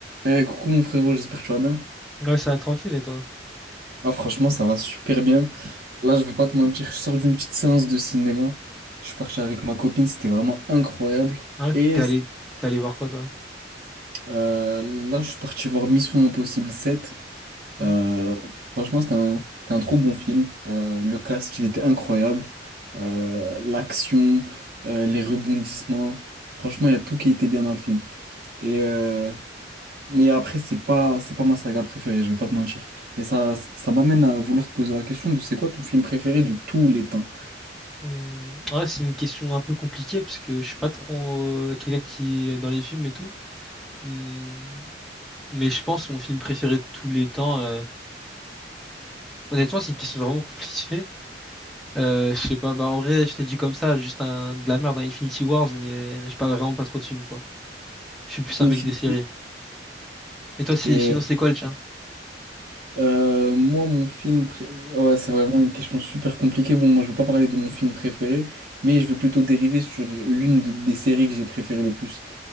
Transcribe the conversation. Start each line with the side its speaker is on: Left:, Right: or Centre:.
Right: Eh, coucou mon frérot, j'espère que tu vas bien.
Centre: Ouais, ça va tranquille, et toi?
Right: Ah, franchement, ça va super bien. Là, je vais pas te mentir, je sors d'une petite séance de cinéma. Je suis parti avec ma copine, c'était vraiment incroyable.
Centre: Ouais,
Right: Et
Centre: t'es allé, t'es allé voir quoi, toi?
Right: euh, là, je suis parti voir Mission Impossible 7.
Centre: Hmm
Right: Euh, franchement, c'était un, c'était un trop bon film. Euh, le cast, il était incroyable. Euh, l'action, euh, les rebondissements. Franchement, il y a tout qui était bien dans le film. Et euh, Mais après, c'est pas, c'est pas ma saga préférée, je vais pas te mentir. Et ça, ça m'amène à vouloir te poser la question de c'est quoi ton film préféré de tous les temps?
Centre: Hmm, ouais, c'est une question un peu compliquée parce que je suis pas trop euh, quelqu'un qui est dans les films et tout. Hmm, mais je pense mon film préféré de tous les temps. euh, Honnêtement, c'est une question vraiment <laughs> compliquée. Euh, je sais pas, bah en vrai, je t'ai dit comme ça, juste un, de la merde, un Infinity Wars, mais j'ai pas vraiment pas trop de films, quoi. Je suis plus un
Right: Infinity.
Centre: mec des séries. Et toi, si,
Right: Et
Centre: sinon, c'est quoi le tien?
Right: euh, moi, mon film. pré- Ouais, c'est vraiment une question super compliquée. Bon, moi, je vais pas parler de mon film préféré, mais je vais plutôt dériver sur l'une de- des séries que j'ai préférées le plus.